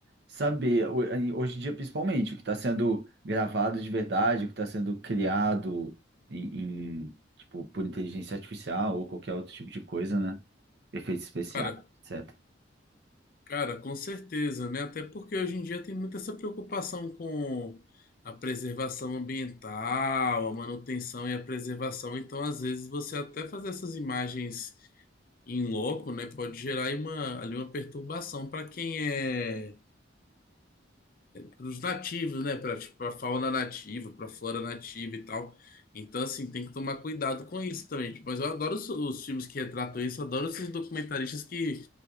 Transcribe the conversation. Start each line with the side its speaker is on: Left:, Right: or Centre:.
Right: saber, ho- hoje em dia principalmente, o que está sendo gravado de verdade, o que está sendo criado em, em, tipo, por inteligência artificial ou qualquer outro tipo de coisa, né? Efeitos especiais,
Left: cara
Right: etc.
Left: Cara, com certeza, né? Até porque hoje em dia tem muita essa preocupação com a preservação ambiental, a manutenção e a preservação. Então, às vezes, você até fazer essas imagens em loco, né, pode gerar aí uma, ali uma perturbação para quem é para os nativos, né? Para tipo, pra fauna nativa, para a flora nativa e tal. Então, assim, tem que tomar cuidado com isso também. Tipo, mas eu adoro os, os filmes que retratam isso, eu adoro esses documentaristas que